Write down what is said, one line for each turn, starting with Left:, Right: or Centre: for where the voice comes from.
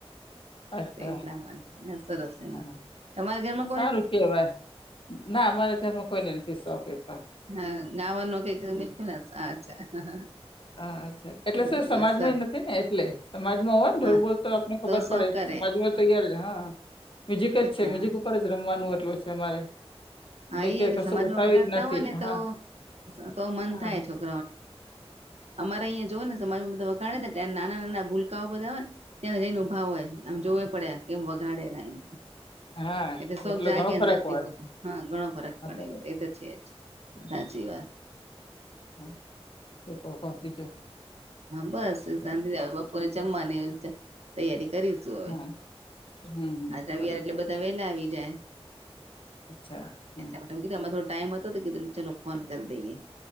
Left: અચ્છા
Right: એટલા માટેને સરસ એ
Left: હા
Right: તમાર ઘરમાં
Left: સારું કેવાય ના અમારા ઘરમાં કોઈને નથી સોખી
Right: હા નાવા <unintelligible> અચ્છા
Left: અ અચ્છા એટલે
Right: બરોબર
Left: શું સમાજમાં
Right: સર
Left: નથી ને એટલે સમાજમાં હોવા ને ઢોલ
Right: હા
Left: બોલ તો આપણે ખબર
Right: શોખ
Left: પડે
Right: કરે
Left: તો સમાજમાં તો તૈયાર જ હા મ્યુઝિક જ
Right: એટલે
Left: છે મ્યુઝિક
Right: હા
Left: ઉપર જ રમવાનું એટલું છે અમારે
Right: હા
Left: એટલે
Right: એઈ કે
Left: કશું
Right: સમાજમાં
Left: વસાયું
Right: વગાડતા
Left: જ નથી
Right: હોય ને
Left: હા
Right: તો તો મન
Left: હા
Right: થાય છોક અમારા અહં જોય ને સમાજમાં બધ વગાડે નાના નાના ભૂલકાઓ બધા. ત્યાં રનેભાવ હોય આમ જોવે પડ્યા કેમ વગાડે ર એમ.
Left: હા
Right: એટલે સૌ
Left: એટલો
Right: જાગ્યા
Left: ઘણો ફરક
Right: અંદર તે
Left: હોય
Right: પોતે હા ઘણો ફરક
Left: હા
Right: પડે
Left: બરોબર
Right: એમ એ તો છે, જ
Left: હ
Right: સાચી વાત.
Left: હ તો કો કોજ
Right: હા બસ સાતે જ આવે બપોરે જમવાની તૈયારી કરીશું હવે.
Left: હા હમ.
Right: આ રવિયર
Left: બરોબર
Right: એટલે બધા વેલા આવી જાય.
Left: અચ્છા. હા
Right: એધમાં થોડો ટાઈમ હતો તોધ ચલો ફોન કરી દઈએ.